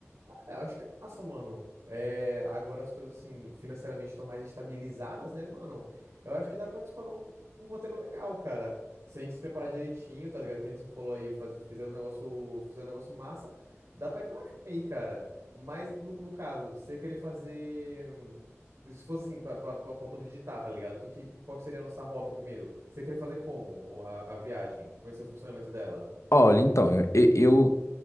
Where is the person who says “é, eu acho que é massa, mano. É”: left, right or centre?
Right